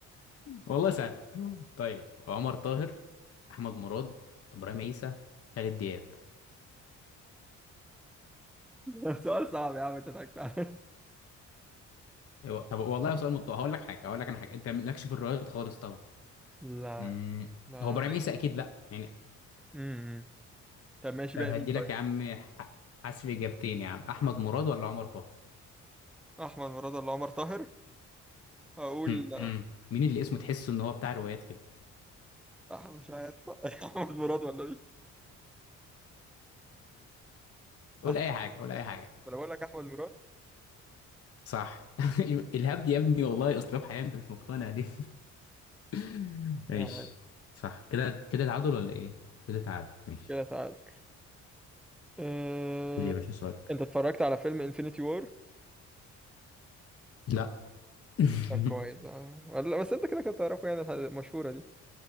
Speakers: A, on the left; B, in the centre.
A: والله سهل طيب عمر طاهر احمد مراد ابراهيم عيسى خالد دياب
B: <laughs> سؤال صعب يا عم انت ضحكت عليا.
A: أيوة، طب والله سؤال مت... هقول لك حاجه هقول لك انا حاجه انت مالكش في الروايات خالص طبعا
B: لا
A: مم.
B: لا
A: هو ابراهيم
B: عشان
A: عيسى
B: كده
A: اكيد لا يعني
B: امم طب ماشي
A: طب
B: بقى
A: هدي
B: مين طيب
A: لك يا عم ح- حذف اجابتين يا عم احمد مراد ولا عمر طاهر
B: احمد مراد ولا عمر طاهر هقول
A: مم. مين اللي اسمه تحسه ان هو بتاع روايات كده
B: احمد مش عارف <laughs> احمد مراد ولا مين
A: قول
B: احمد
A: اي حاجه قول اي حاجه
B: ولا بقول لك احمد مراد
A: صح <laughs> الهبد يا ابني والله اسلوب حياه انت مش مقتنع دي <laughs> ماشي
B: تعال
A: صح كده كده تعادل ولا ايه كده تعادل ماشي
B: كده تعادل أه...
A: قول يا باشا سؤالك
B: انت اتفرجت على فيلم انفينيتي وور
A: لا <laughs>
B: طب كويس اه لا بس انت كده كده تعرفه يعني الح- المشهوره دي